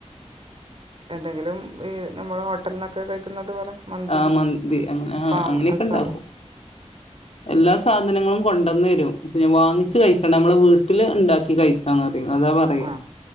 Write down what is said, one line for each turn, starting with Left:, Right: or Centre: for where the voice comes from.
Right: എന്തെങ്കിലും ഈ നമ്മള് ഹോട്ടൽന്നോക്ക കഴിക്കുന്നത് പോലെ മന്തി
Left: ആഹ് മന്തി അങ്ങനെ ആഹ്
Right: ഫാമ്
Left: അങ്ങനെയൊക്കെ
Right: അൽഫാമോ
Left: ഇണ്ടാക്കും എല്ലാ സാധനങ്ങളും കൊണ്ടന്നരും പിന്നെ വാങ്ങിച്ച് കഴിക്കണ്ട നമ്മള് വീട്ടില് ഇണ്ടാക്കി കഴി ക്കണ ആദ്യം അതാ പറയ
Right: ആ